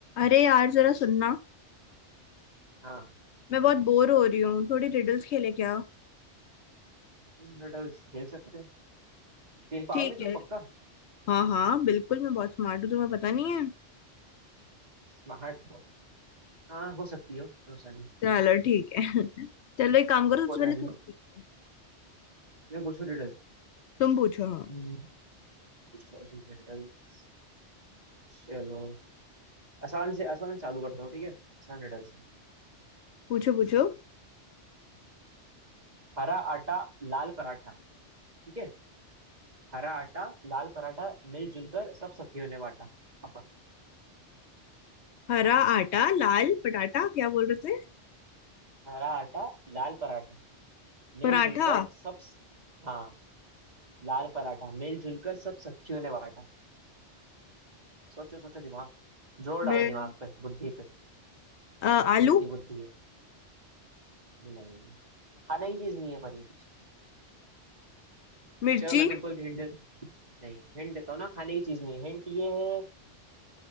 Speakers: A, on the left (about 70°); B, on the right (about 35°).
A: अरे यार जरा सुनना
B: हाँ
A: मैं बहुत बोर हो रही हूँ थोड़ी रिडल्स खेले क्या
B: तुम हर्डल्स खेल सकते हैं खेल पाओगे
A: ठीक है
B: तुम पक्का
A: हाँ हाँ बिल्कुल मैं बहुत स्मार्ट हूँ तुम्हें पता नहीं है
B: स्मार्ट हाँ हो सकती हो रोसानी
A: चलो ठीक है <laughs> चलो एक काम करो सबसे
B: हो जा
A: पहले
B: रही
A: तुम
B: हो
A: पूछो
B: मैं पूछूं रिडल
A: तुम पूछो हाँ
B: हम्म, पूछो ठीक है रिडल्स चलो आसान से आसान चालू करता हूँ ठीक है आसान रिडल्स
A: पूछो पूछो
B: हरा आटा लाल पराठा ठीक है हरा आटा लाल पराठा मिलजुल कर सब सखियों ने बांटा अब
A: हरा आटा लाल पटाटा क्या बोल रहे थे
B: हरा आटा लाल पराठा
A: पराठा
B: मिलजुल कर सब हाँ लाल पराठा मिलजुल कर सब सखियों ने बांटा सोचो सोचो दिमाग जोर
A: मिर
B: डालो दिमाग पे बुद्धि पे
A: अ, आलू
B: जितनी बुद्धि है नहीं खाने की चीज नहीं है पर ये
A: मिर्ची
B: चलो मैं तुमको एक हिंट नहीं हिंट देता हूँ ना खाने की चीज नहीं है हिंट ये है